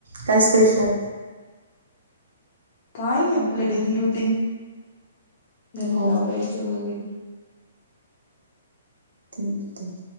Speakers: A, on the right (about 85°); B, on the left (about 40°).
A: काय स्पेशल
B: काय नाही आपलं डेली रुटीन घरातलं
A: हो
B: आवरायचं वगैरे
A: ठीक ठीक